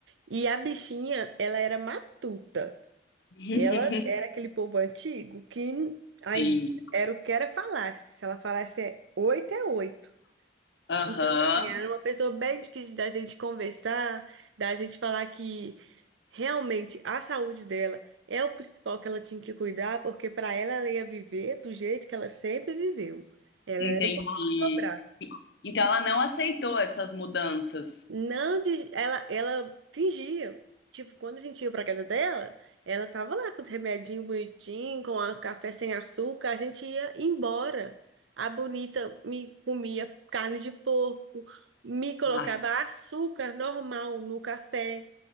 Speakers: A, on the right (about 85°); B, on the left (about 65°).
A: E a bichinha, ela era matuta.
B: <laughs>
A: Ela era aquele povo antigo que aí
B: Sim.
A: era o que era falasse. Se ela falasse é oito, é oito.
B: Aham.
A: Então, assim, ela era uma pessoa bem difícil da gente conversar, da gente falar que Realmente, a saúde dela é o principal que ela tinha que cuidar, porque para ela, ela ia viver do jeito que ela sempre viveu. Ela
B: Entendi.
A: era um pouco dobrar.
B: Então ela não aceitou essas mudanças.
A: Não, de- ela, ela fingia. Tipo, quando a gente ia pra casa dela, ela tava lá com os remedinhos bonitinhos, com a café sem açúcar, a gente ia embora. A bonita me comia carne de porco, me colocava
B: Ai,
A: açúcar normal no café.